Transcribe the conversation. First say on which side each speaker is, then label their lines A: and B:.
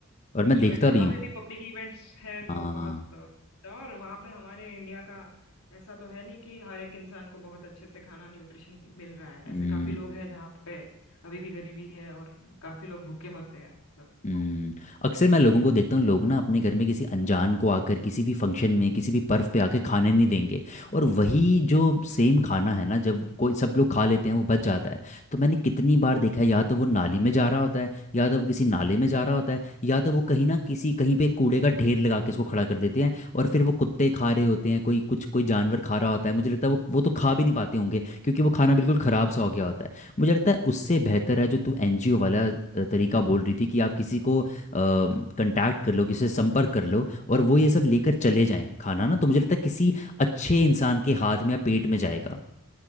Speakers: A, on the left; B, on the left.
A: और मैं देखता
B: इवेंट जहाँ
A: भी हूँ
B: पे भी पब्लिक इवेंट्स है
A: हाँ
B: तो बहुत अ, होता है। और वहाँ पे हमारे इंडिया का ऐसा तो है नहीं कि हर एक इंसान को बहुत अच्छे से खाना न्यूट्रिशन मिल रहा है ऐसे
A: हम्म,
B: काफी लोग हैं जहाँ पे अभी भी गरीबी है और काफी लोग भूखे मरते हैं मतलब
A: हम्म। अक्सर मैं लोगों को देखता हूँ लोग ना अपने घर में किसी अनजान को आकर किसी भी फंक्शन में किसी भी पर्व पे आकर खाने नहीं देंगे और वही जो सेम खाना है ना जब कोई सब लोग खा लेते हैं वो बच जाता है तो मैंने कितनी बार देखा है या तो वो नाली में जा रहा होता है या तो वो किसी नाले में जा रहा होता है या तो वो कहीं ना किसी कहीं पे कूड़े का ढेर लगा के इसको खड़ा कर देते हैं और फिर वो कुत्ते खा रहे होते हैं कोई कुछ कोई जानवर खा रहा होता है मुझे लगता है वो वो तो खा भी नहीं पाते होंगे क्योंकि वो खाना बिल्कुल ख़राब सा हो गया होता है मुझे लगता है उससे बेहतर है जो तू एनजीओ वाला अ, तरीका बोल रही थी कि आप किसी को कांटेक्ट कर लो किसी से संपर्क कर लो और वो ये सब लेकर चले जाएं खाना ना तो मुझे लगता है किसी अच्छे इंसान के हाथ में या पेट में जाएगा